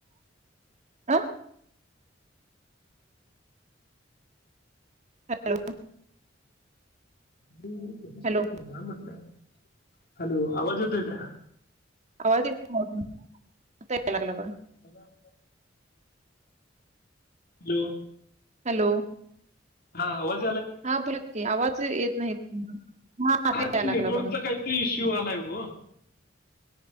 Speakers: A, on the right; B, on the left.
A: अ हॅलो
B: हू <unintelligible> कधी
A: हॅलो
B: शिफ्ट केला म्हटलं? हॅलो आवाज येतोय का?
A: आवाज येत नाहीं आता यायला लागला बघा
B: बघा आता हॅलो
A: हॅलो
B: हा आवल
A: हा बोलाकी आवाज येत नाही हा आता
B: ते
A: यालागला
B: नेटवर्कचा
A: बघा.
B: काहीतरी इश्यू आलाय हो